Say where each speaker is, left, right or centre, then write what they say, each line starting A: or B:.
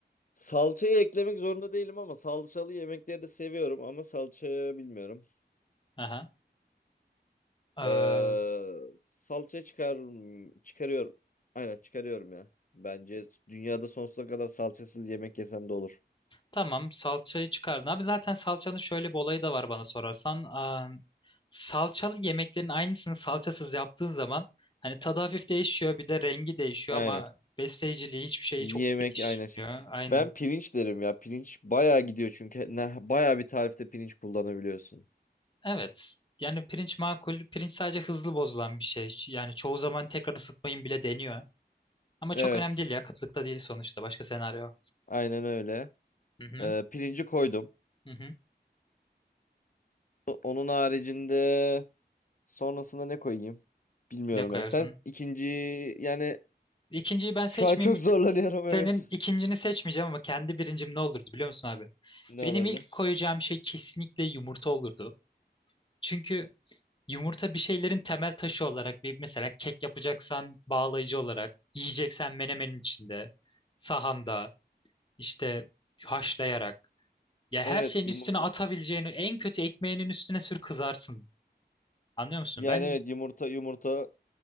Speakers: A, on the left; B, on the left.
A: salçayı eklemek zorunda değilim ama salçalı yemekleri de seviyorum ama salça bilmiyorum.
B: Aha. Ee,
A: Ee, salça çıkar çıkarıyorum. Aynen çıkarıyorum ya. Bence dünyada sonsuza kadar salçasız yemek yesem de olur.
B: Tamam salçayı çıkardın. Abi zaten salçanın şöyle bir olayı da var bana sorarsan. Aa, salçalı yemeklerin aynısını salçasız yaptığın zaman hani tadı hafif değişiyor bir de rengi değişiyor
A: Aynen.
B: ama besleyiciliği hiçbir şeyi
A: Yemek
B: çok değişmiyor.
A: aynen şey.
B: Aynen.
A: Ben pirinç derim ya. Pirinç bayağı gidiyor çünkü ne bayağı bir tarifte pirinç kullanabiliyorsun.
B: Evet. Yani pirinç makul. Pirinç sadece hızlı bozulan bir şey. Yani çoğu zaman tekrar ısıtmayın bile deniyor. Ama çok
A: Evet.
B: önemli değil ya. Kıtlıkta değil sonuçta. Başka senaryo.
A: Aynen öyle.
B: Hı hı.
A: Ee, pirinci koydum.
B: Hı hı.
A: Onun haricinde sonrasında ne koyayım? Bilmiyorum
B: Ne koyarsın?
A: ya. Sen ikinci yani
B: İkinciyi ben seçmeyeyim.
A: şu an çok zorlanıyorum
B: Senin
A: evet.
B: ikincini seçmeyeceğim ama kendi birincim ne olurdu biliyor musun abi?
A: Ne
B: Benim
A: alırdı?
B: ilk koyacağım şey kesinlikle yumurta olurdu. Çünkü yumurta bir şeylerin temel taşı olarak bir mesela kek yapacaksan bağlayıcı olarak, yiyeceksen menemenin içinde, sahanda, işte haşlayarak. Ya her
A: Evet
B: şeyin
A: yumurta.
B: üstüne atabileceğini en kötü ekmeğinin üstüne sür kızarsın. Anlıyor musun?
A: Yani
B: Ben
A: evet yumurta yumurta